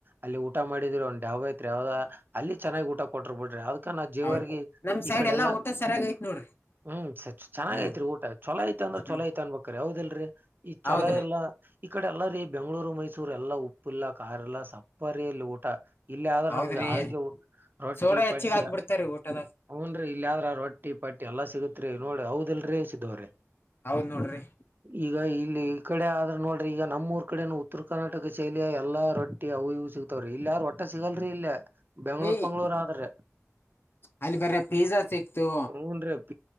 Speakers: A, on the right; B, on the left.
A: ಅಲ್ಲಿ ಊಟ ಮಾಡಿದ್ರಿ ಒಂದು ಧಾಭಾ ಐತ್ರಿ ಯಾವದ ಅಲ್ಲಿ ಚೆನ್ನಾಗಿ ಊಟ. ಕೊಟರ್ ಬಿಡ್ರಿ ಅದ್ಕ ನ ಜೇವರ್ಗೆ
B: ಹೌದ್ ನಮ್ ಸೈಡ್
A: ಈ ಕಡೆಲ್ಲಾ.
B: ಎಲ್ಲಾ ಊಟ ಸರಿಯಾಗ ಐತ್ ನೋಡ್ರಿ
A: ಹ್ಮ್ ಸ ಚೆನ್ನಾಗಿ
B: ಹ್ಮ್
A: ಐತ್ರಿ ಊಟ ಚಲ ಆಯ್ತಿ ಅಂದ್ರ
B: ಹ್ಮ್
A: ಚಲೋ ಐತ ಅನ್ಬೇಕಕ್ರ ಹೌದ ಇಲ್ರಿ. ಈ ಚಲೋ
B: ಹೌದ್ರಿ
A: ಇಲ್ಲ. ಈ ಕಡೆ ಎಲ್ಲಾರಿ ಬೆಂಗಳೂರು ಮೈಸೂರು ಎಲ್ಲಾ ಉಪ್ಪಿಲ್ಲ ಕಾರ್ ಎಲ್ಲ ಸಪ್ಪರಿ ಇಲ್ಲಿ ಊಟ. ಇಲ್ಲಿ ಆದ್ರೆ
B: ಹೌದ್ರಿ
A: ನಮ್ಗೆ ಆರೋಗ್ಯ ರೊಟ್ಟಿ
B: ಸೋಡಾ
A: ಪಟ್ಟಿ.
B: ಹೆಚ್ಚಿಗ್ ಹಾಕ್ಬಿಡ್ತಾರಿ ಊಟದಾಗ
A: ಹುಉನ್ರಿ ಇಲ್ಯಾದ್ರ ರೊಟ್ಟಿ ಪಟ್ಟಿ ಎಲ್ಲಾ ಸಿಗತ್ರಿ ನೋಡಿ ಹೌದಿಲ್ರರಿ ಸಿದ್ದು ಅವ್ರೇ.
B: ಹೌದ್ ನೋಡ್ರಿ.
A: ಈಗ ಇಲ್ಲಿ ಈ ಕಡೆ ಆದ್ರ ನೋಡ್ರಿ ಈಗ ನಮ್ಮೂಊರ್ ಕಡೆನು ಉತ್ತರ ಕರ್ನಾಟಕ ಶೈಲಿಯ ಎಲ್ಲಾ ರೊಡ್. ಟಿ ಅವು ಇವು ಸಿಗ್ತಾವ್ರಿ ಇಲ್ಲ ಯಾರು ಒಟ್ಟ ಸಿಗಲ್ರಿ ಇಲ್ಲೇ ಬೆಂಗ್ಳೂರ್
B: ಈ
A: ಪಂಗ್ಳೂರ್ ಆದ್ರೆ ರಿ.
B: ಅಲ್ಲಿ ಬರೆ ಪಿಝಾ ಸಿಕ್ತು.
A: ಹುಉನ್ರಿ.